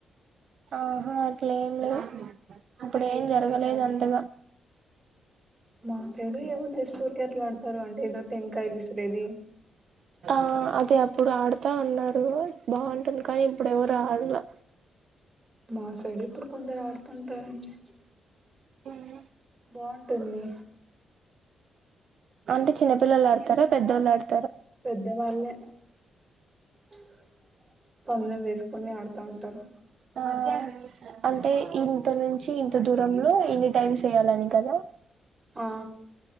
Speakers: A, on the right; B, on the right.
A: ఆహా అట్ల ఏం లేదు ఇప్పుడు ఏం జరగలేదు అంతగా
B: మా సైడు ఏమో జస్ట్ ఊర్కే అట్లా ఆడతారు అంటే ఏదో టెంకాయ విసిరేది
A: ఆ అదే అప్పుడు ఆడుతా ఉన్నా రూ బాగుంటుంది కానీ ఇప్పుడు ఎవరు ఆడలా
B: మా సైడు ఇప్పుడు <unintelligible> ఆడుతుంటారండి
A: ఆహ్
B: బాగుంటుంది
A: అంటే చిన్నపిల్లలు ఆడుతారా పెద్దోళ్ళు ఆడు
B: పెద్దవాళ్ళే ప్చ్ పందెం వేసు కొని ఆడుతా ఉంటారు
A: ఆ అంటే ఇంత నుంచి ఇంత దూరంలో ఇన్ని టైమ్స్ వేయాలని కదా
B: ఆ